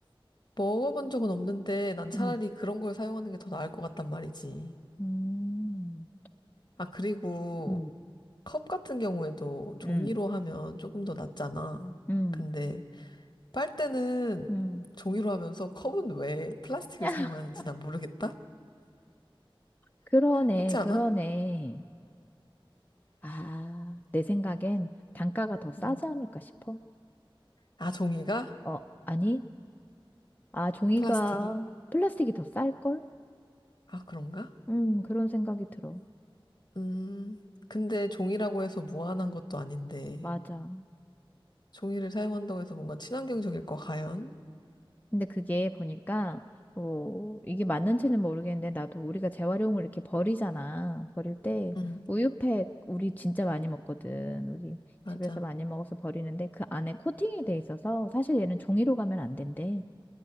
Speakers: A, on the left (about 50°); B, on the left (about 20°).
A: 먹어본 적은 없는데 난 차라리
B: 응.
A: 그런 걸 사용하는 게 더 나을 것 같단 말이지.
B: 음,
A: 아, 그리고
B: 음,
A: 컵 같은 경우에도 종이로
B: 음,
A: 하면 조금 더 낫잖아.
B: 음,
A: 근데 빨대는
B: 음.
A: 종이로 하면서 컵은 왜 플라스틱을
B: <laughs>
A: 사용하는지 난 모르겠다?
B: 그러네,
A: 그렇지 않아?
B: 그러네. 아, 내 생각엔 단가가 더 싸지
A: 음.
B: 않을까 싶어.
A: 아, 종이가?
B: 어, 아니? 아, 종이가
A: 플라스틱이?
B: 플라스틱이 더 쌀걸?
A: 아, 그런가?
B: 음, 그런 생각이 들어.
A: 음, 근데 종이라고 해서 무한한 것도 아닌데,
B: 맞아.
A: 종이를 사용한다고 해서 뭔가 친환경적일 거 과연?
B: 근데 그게 보니까, 어, 이게 맞는지는 모르겠는데, 나도 우리가 재활용을 이렇게 버리잖아. 버릴 때,
A: 음,
B: 우유팩, 우리 진짜 많이 먹거든. 우리
A: 맞아.
B: 집에서 많이 먹어서 버리는데, 그 안에 코팅이 돼 있어서, 사실 얘는 종이로 가면 안 된대.